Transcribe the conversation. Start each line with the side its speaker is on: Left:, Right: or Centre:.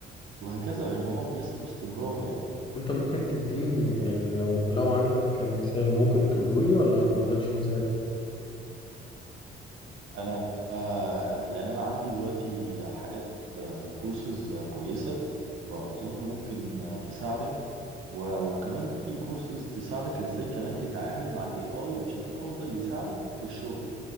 Right: وهكذا الموضوع في لسه في استمرار يعني
Left: طب انت ممكن تديني يعني لو لو عندك مثال ممكن تقوله لي ولا ما عندكش مثال؟
Right: انا آه، يعني انا عندي دلوقتي حاجات كورسز كويسه واظن ممكن آه، تساعدك و- وكمان في كورسز تساعدك ازاي كمان تتعامل مع الاي اي بشكل افضل يساعدك في الشغل